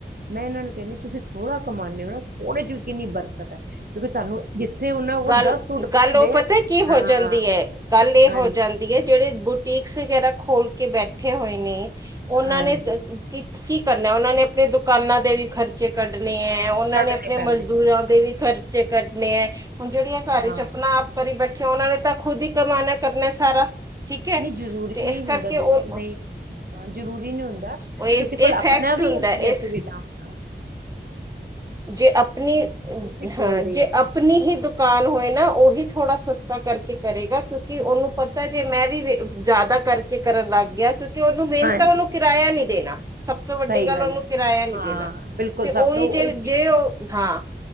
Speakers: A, on the right; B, on the right.
A: ਮੈਂ ਇਹਨਾਂ ਨੂੰ ਕਹਿੰਦੀ ਤੁਸੀਂ ਥੋੜਾ ਕਮਾਉਂਦੇ ਹੋ, ਨਾ ਥੋੜੇ ਚ ਵੀ ਕਿੰਨੀ ਬਰਕਤ ਹੈ ਕਿਉਂਕਿ ਤੁਹਾਨੂੰ ਜਿੱਥੇ ਉਹਨਾਂ ਕੋਲ
B: ਗੱਲ
A: ਸੂਟ
B: ਗੱਲ
A: ਹੁੰਦੇ
B: ਉਹ ਪਤਾ
A: ਆ
B: ਕੀ ਹੋ
A: ਹਾਂ
B: ਜਾਂਦੀ ਏ, ਗੱਲ ਇਹ
A: ਹਾਂਜੀ
B: ਹੋ ਜਾਂਦੀ ਏ ਜਿਹੜੇ ਬੁਟੀਕਸ ਵਗੈਰਾ ਖੋਲ ਕੇ ਬੈਠੇ ਹੋਏ ਨੇ ਉਹਨਾਂ
A: ਹਾਂਜੀ
B: ਨੇ ਕੀ ਕਰਨਾ ਉਹਨਾਂ ਨੇ ਆਪਣੇ ਦੁਕਾਨਾਂ ਦੇ ਵੀ ਖਰਚੇ ਕੱਢਣੇ ਕੱਢਣੇ ਐ, ਉਹਨਾਂ
A: ਕੱਢਣੇ
B: ਨੇ ਆਪਣੇ
A: ਪੈਂਦੇ
B: ਮਜ਼ਦੂਰਾਂ
A: ਆ
B: ਦੇ ਵੀ ਖਰਚੇ ਕੱਢਣੇ ਐ। ਹੁਣ ਜਿਹੜੀਆਂ ਘਰ
A: ਹਾਂ
B: ਚ ਆਪਣਾ ਆਪ ਕਰੀ ਬੈਠੀਆਂ, ਉਹਨਾਂ ਨੇ ਤਾਂ ਖੁਦ ਹੀ ਕਮਾਨਾ ਕਰਨਾ ਸਾਰਾ। ਠੀਕ ਹੈ
A: ਨਹੀਂ ਜ਼ਰੂਰੀ
B: ਤੇ
A: ਨਹੀਂ
B: ਇਸ
A: ਹੁੰਦਾ,
B: ਕਰਕੇ ਉਹ
A: ਨਹੀਂ ਹਾਂ, ਜ਼ਰੂਰੀ ਨਹੀਂ ਹੁੰਦਾ
B: ਉਹ ਇਹ
A: ਕਿਸੇ ਕੋਲ
B: ਇਹ
A: ਆਪਣਾ
B: ਫੈਕਟ
A: ਵੀ
B: ਹੁੰਦਾ
A: ਹੁੰਦੀ
B: ਇਹ
A: ਹੈ ਸੁਵਿਧਾ ਆ।
B: ਜੇ ਆਪਣੀ
A: ਵੀ ਖੋਲਦੇ
B: ਹਾਂ, ਜੇ
A: ਹੈ
B: ਆਪਣੀ ਹੀ ਦੁਕਾਨ ਹੋਏ ਨਾ ਉਹੀ ਥੋੜਾ ਸਸਤਾ ਕਰਕੇ ਕਰੇਗਾ, ਕਿਉਂਕਿ ਉਹਨੂੰ ਪਤਾ ਜੇ ਮੈਂ ਵੀ ਜ਼ਿਆਦਾ ਕਰਕੇ ਕਰਨ ਲੱਗ ਗਿਆ ਕਿ ਕਿ ਉਹਨੂੰ ਮਿਹਨਤ
A: ਹਾਂਜੀ
B: ਆ, ਉਹਨੂੰ ਕਿਰਾਇਆ ਨੀਂ ਦੇਣਾ। ਸਭ ਤੋਂ ਵੱਡੀ
A: ਸਹੀ
B: ਗੱਲ ਉਹਨੂੰ
A: ਹੈ
B: ਕਿਰਾਇਆ ਨੀਂ
A: ਹਾਂ
B: ਦੇਣਾ,
A: ਬਿਲਕੁਲ
B: ਤੇ
A: ਸਭ
B: ਉਹੀ
A: ਤੋਂ
B: ਜੇ
A: ਚੀਜ਼
B: ਜੇ ਉਹ ਹਾਂ,